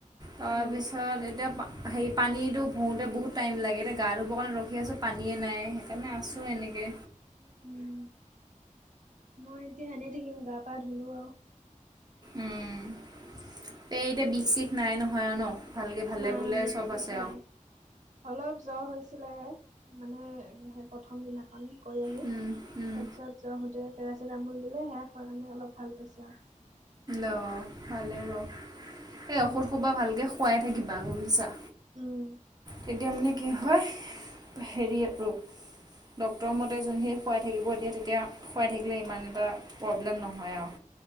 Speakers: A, on the right; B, on the right.
A: তাৰপিছত
B: অ
A: এতিয়া পা- হেৰি পানীটো ভৰোঁতে বহুত টাইম লাগে এতিয়া গা ধুবৰ কাৰণে ৰখি আছোঁ পানীয়েই নাই সেইকাৰণে আছোঁ এনেকে।
B: উম মই এতিয়া এনেই থাকিম গা পা ধুলো আও।
A: উম পে এতিয়া বিষ চিষ নাই নহয় আৰু ন। ভালকৈ ভালে
B: নাই
A: ভুলে
B: বিষ
A: চব
B: শিষ
A: আছে
B: নাই অলপ জ্বৰ হৈছিলে, মানে হে- প্ৰথম দিনাখন কৈ আহি
A: আৰু
B: তাপিছত জহতে পেৰাচিটামল দিলে সেয়া খোৱাৰ কাৰণে অলপ ভাল পাইছে আও।
A: অ ভালেই বাৰু এই ঔষধ
B: উম
A: সোপা ভালকৈ খুৱাই থাকিবা গম পাইছা।
B: উম
A: তেতিয়া মানে কি হয় হেৰি আৰু ডক্টৰ মতে যোনখিনি খুৱাই থাকিব দিয়ে তেতিয়া। খুৱাই থাকিলে ইমান এটা প্ৰব্লেম নহয় আও।